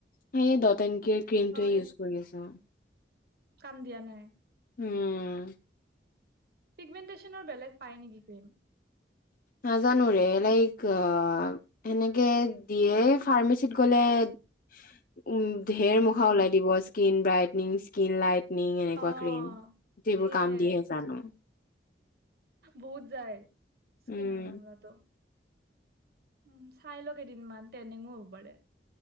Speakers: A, on the left; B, on the right.
A: সেই দত এন কি ক্ৰীমটোৱে ইউজ
B: সেই
A: কৰি আছোঁ মই।
B: কাম দিয়া নাই?
A: উম
B: পিগমেণ্টেশ্যনৰ বেলেগ পায় নেকি ক্ৰীম?
A: নাজানো ৰে, লাইক সেনেকে দিয়ে ফাৰ্মাচীত গলে উ ঢেৰ
B: উম
A: মখা ওলাই দিব, স্কিন ব্ৰাইটনিং, স্ক কিন লাইট নিং এনেকুৱা
B: অ
A: ক্ৰীম, সেইবোৰ
B: সেয়ে
A: কাম দিয়ে জানো!
B: বহুত যায়। স্কিনৰ
A: উম
B: মামলাটো। উম, চাই ল কেইদিনমান, তেনিংও হ'ব পাৰে।